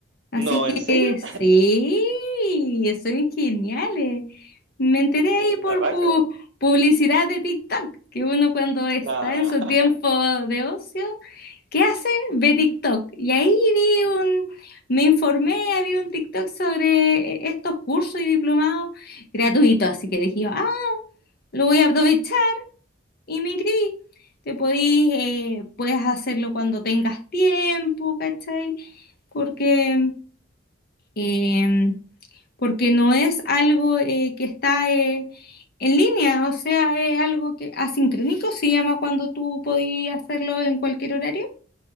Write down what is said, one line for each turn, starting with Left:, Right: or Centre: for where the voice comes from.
Left: Así
Right: No,
Left: que
Right: ¿en serio?
Left: sí, estoy bien geniales. Me enteré
Right: <laughs>
Left: ahí por
Right: La raja.
Left: pu-
Right: eh.
Left: publicidad de TikTok, que uno cuando está
Right: Nah.
Left: en su
Right: <laughs>
Left: tiempo de ocio, ¿qué hace? Ve TikTok. Y ahí vi un, me informé, había un TikTok sobre eh, estos cursos y diplomados gratuitos, así que dije, ah, lo voy a aprovechar y me inscribí. Te podís, eh, puedes hacerlo cuando tengas tiempo, ¿cachai? Porque... em, porque no es algo eh, que está eh, en línea, o sea, es algo que asincrónico se llama cuando tú podías hacerlo en cualquier horario.